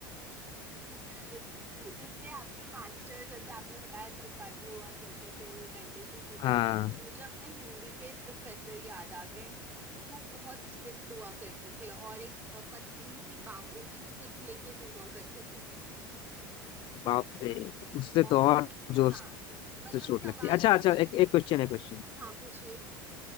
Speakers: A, on the right (about 15°); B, on the left (about 45°).
A: <laughs> इससे आपके मास्टर जैसे आपने बताया त्रिपाठी हुआ करते थे वो डंडे से सूता
B: हाँ
A: मुझे अपने हिंदी के प्रोफेसर याद आ गए तो वो बहुत स्ट्रिक्ट हुआ करते थे और एक अ, पतली सी बाम्बू की स्टिक लेके घूमा करते थे
B: बाप रे उससे
A: और
B: तो और
A: मतलब
B: जोर
A: हाँ
B: से
A: मतलब
B: चोट
A: सवाल
B: लगती है अच्छा
A: पूछेंगे
B: अच्छा एक एक क्वेश्चन है क्वेश्चन
A: हाँ पूछिए